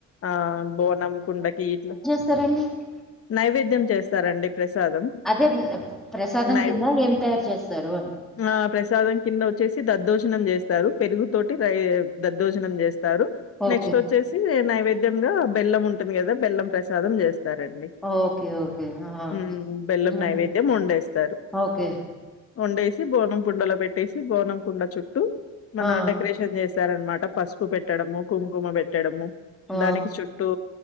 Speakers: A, on the left (about 50°); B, in the centre.
A: ఆ బోనం కుండకిీ ఇట్ల
B: సరే అండి <unintelligible>
A: నైవేద్యం చేస్తారండి ప్రసాదం
B: అదే.... ప్రసాదం
A: నై
B: కింద ఏం తయారు చేస్తారు అని
A: ఆ ప్రసాదం కింద వచ్చేసి దద్దోజనం చేస్తారు పెరుగు తోటి రై దద్దోజనం చేస్తారు
B: ఓకే.
A: నెక్స్ట్ వచ్చేసి నైవేద్యంలో బెల్లం ఉంటుంది కదా బెల్లం ప్రసాదం చేస్తారండి
B: ఓకే. ఓకే. ఆహా!
A: ఉ బెల్లం
B: హ్మ్.
A: నైవేద్యం వండేస్తారు
B: ఓకే.
A: వండేసి బోనం కుండలో పెట్టేసి బోనం కుండ చుట్టూ మన
B: ఆ!
A: డెకరేషన్ చేస్త దరంనమాట పసుపు పెట్టడము కుంకుమ పెట్టడము
B: ఆ!
A: దానికి చుట్టూ